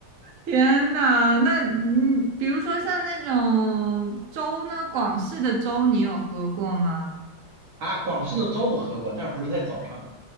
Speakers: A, on the right; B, on the right.
A: 天呐，那嗯，比如说像那种粥呢，广式的粥你有喝过吗？
B: 啊。广式的粥我喝过，但是不是在早上。